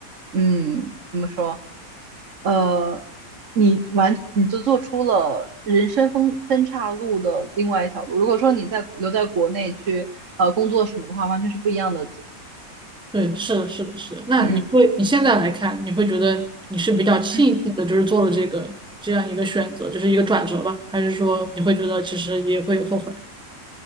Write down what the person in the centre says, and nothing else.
对，是的，是的，是的。那你会，
你现在来看，你会觉得你是比较庆幸的，
就是做了这个这样一个选择，就是一个转折吧？还是说你会觉得其实也会有后悔？